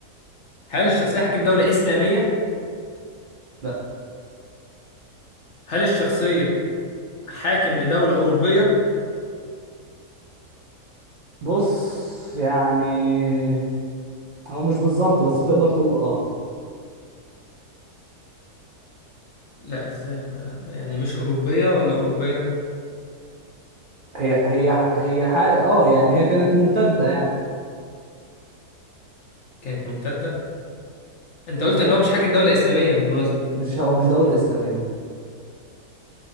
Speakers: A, on the left (about 55°); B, on the right (about 55°).
A: هل الشخصية حاكم دولة إسلامية؟
B: لا
A: هل الشخصية حاكم لدولة أوروبية؟
B: بص يعني هو مش بالظبط بس تقدر تقول اه
A: لا إزاي ما يعني مش أوروبية ولا أوروبية
B: هي هي ح- هي حق... اه يعني هي كانت ممتدة يعني
A: كانت ممتدة؟ أنت
B: مم.
A: قلت إن هو مش حاكم دولة إسلامية بالمناسبة
B: مش هو مش دولة إسلامية